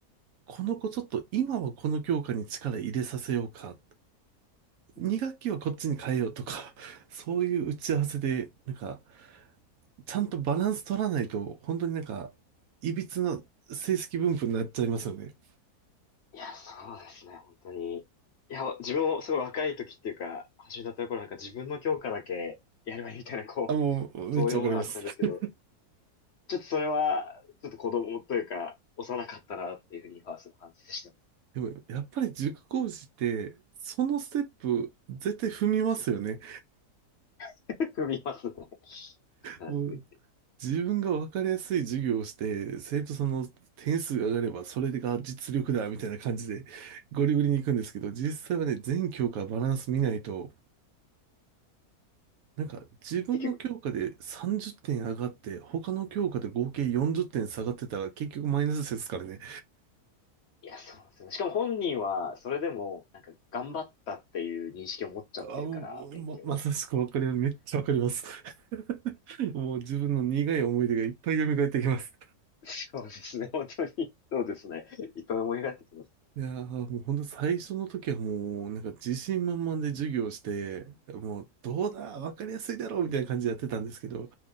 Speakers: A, on the right (about 70°); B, on the left (about 55°).
A: この子ちょっと今はこの教科に力入れさせようか
B: うん
A: 2学期はこっちに変えようとか、<laughs> そういう打ち合わせで、なんか、ちゃんとバランス取らないと、本当になんか、いびつな成績分布になっちゃいますよね。
B: いや、そうですね、本当に。いや、自分もすごい若い時っていうか、始めたところなんか自分の教科だけやればいいみたいな、こう、
A: あ、もう、
B: そういうものがあったんですけど、
A: めっちゃわかります。<laughs>
B: ちょっとそれは、ちょっと子供というか、幼かったなっていうふうに今はすごい反省して
A: でも、やっぱり塾講師って、そのステップ、絶対踏みますよね。
B: ます。<laughs> 踏みますね。必ずと言って。
A: もう、自分がわかりやすい授業をして、生徒さんの点数が上がれば、それが実力だ、みたいな感じで、ゴリゴリに行くんですけど、実際はね、全教科バランス見ないと、なんか自分の教科で30点上がって、
B: 結局、
A: 他の教科で合計40点下がってたら結局マイナスですからね。
B: いや、そうなんですよね。しかも本人は、それでも、なんか、頑張ったっていう認識を持っちゃってるから、
A: あ、もうま、
B: 勉強を。
A: まさしくわかります。めっちゃわかります。<laughs> もう自分の苦い思い出がいっぱい蘇ってきます。
B: そうですね、本当に。そうですね。いっぱい思い返ってきます。
A: いやー、もうほんと最初の時はもうなんか自信満々で授業をして、もうどうだ、わかりやすいだろうみたいな感じでやってたんですけど、